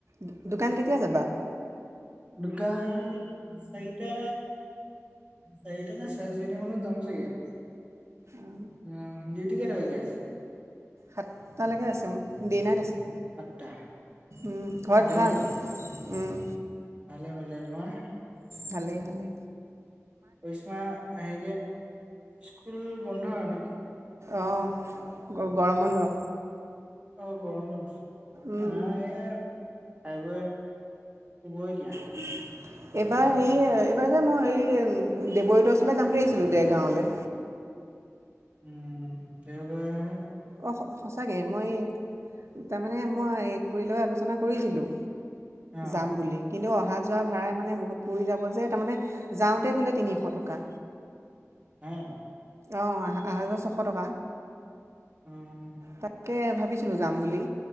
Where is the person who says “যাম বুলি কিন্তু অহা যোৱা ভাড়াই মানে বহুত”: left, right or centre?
Right